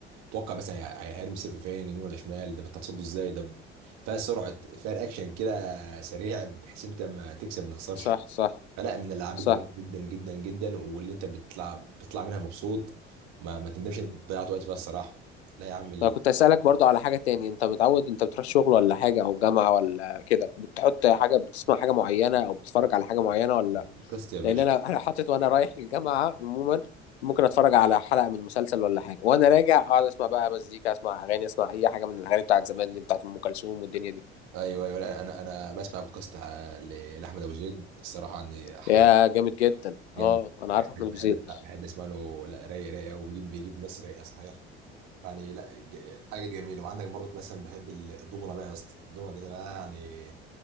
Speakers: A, on the right (about 55°); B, on the left (about 75°).
A: توقع مثلا هي- هيرمي السيف فين يمين ولا شمال ده انت هتصده ازاي ده ب- فيها سرعه فيها الاكشن كده سريع بحيث انت ما تكسب ما تخسرش
B: صح صح
A: فلا من الالعاب
B: صح
A: الجميله جدا جدا جدا واللي انت بتطلع بتطلع منها مبسوط ما, ما تندمش إن انت ضيعت وقت فيها الصراحه لا يا عم
B: انا كنت اسالك برضو على حاجه تاني انت متعود انت بتروح شغل ولا حاجه او جامعه ولا كده بتحط حاجه بتسمع حاجه معينه او بتتفرج على حاجه معينه ولا لأ؟
A: البودكاست يا باشا
B: لان انا انا حاطط وانا رايح الجامعه عموما ممكن اتفرج على حلقه من مسلسل ولا حاجه وانا راجع اقعد اسمع بقى مزيكا اسمع اغاني اسمع اي حاجه من الاغاني بتاعت زمان دي بتاعت ام كلثوم والدنيا دي
A: ايوه ايوه لا، انا انا بسمع بودكاست ع- ل- لاحمد ابو زيد الصراحه يعني حاجه
B: يا جامد جدا
A: جامد
B: اه انا
A: بحب
B: عارف احمد أبو
A: بحب
B: زيد
A: أسمع- بحب اسمع له لا رايق رايق وبيجيب بيجيب ناس رايقه صحيح يعني لا ج- الحاجه دي جميله وعندك برضك مثلا بحب ال- الضمنه بقى يا اسطى الضمنه دي بقى يعني